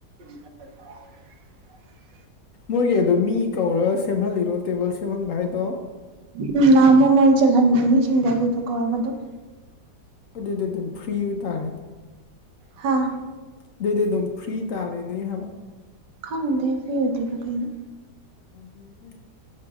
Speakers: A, on the right; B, on the left.
A: <unintelligible>
B: ꯃꯣꯏꯒꯤ ꯑꯗꯨ ꯃꯤ ꯀꯧꯔ ꯁꯦꯝꯍꯜꯂꯤꯔꯣ ꯇꯦꯕꯜ ꯁꯦꯝꯍꯟꯕ ꯍꯥꯏꯗꯣ
A: ꯎ ꯅꯅꯥꯃꯣ ꯃꯣꯏ ꯆꯜꯍꯟꯕ ꯃꯤꯁꯤꯡꯗ ꯑꯗꯨꯗ ꯀꯧꯔꯒ ꯑꯗꯨꯝ
B: ꯑꯗꯨꯗꯤ ꯑꯗꯨꯝ ꯐ꯭ꯔꯤ ꯑꯣꯏꯇꯥꯔꯦ
A: ꯍꯥꯥ
B: ꯑꯗꯨꯏꯗꯤ ꯑꯗꯨꯝ ꯐ꯭ꯔꯤ ꯇꯥꯔꯦꯅꯦ ꯍꯥꯏꯕ
A: ꯈꯥꯎꯗꯦ ꯐ ꯑꯣꯗꯗ ꯀꯩꯅ
B: ꯗꯤꯅꯦ